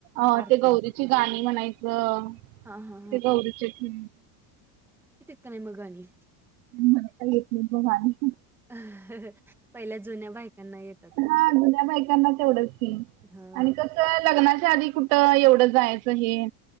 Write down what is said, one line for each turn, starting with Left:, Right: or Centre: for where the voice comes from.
Right: अ
Centre: आरती.
Right: ते गौरीची गाणी म्हणायचं
Centre: हां, हां, हां.
Right: ते गौरीच ठेऊन
Centre: तरी मग गाणी
Right: मला काय येतं नाही बा गाणी
Centre: अं पहिल्या जुन्या बायकांना येतात
Right: हा जुन्या बायकांना तेवढंच की
Centre: हा
Right: आणि लग्नाच्या आधी कुठं एवढं जायचं हे